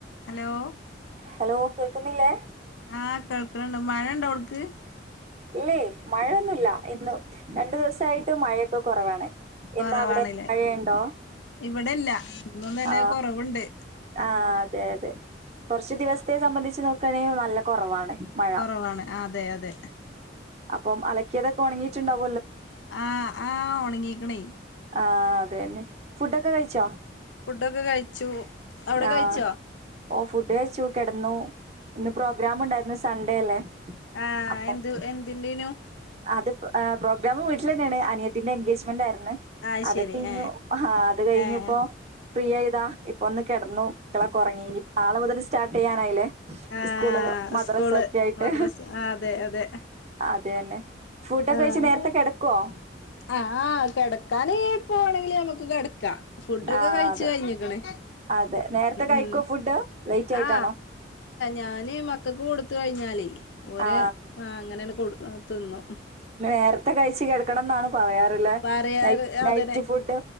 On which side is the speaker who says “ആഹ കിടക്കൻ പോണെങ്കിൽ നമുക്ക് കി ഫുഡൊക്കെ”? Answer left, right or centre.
Left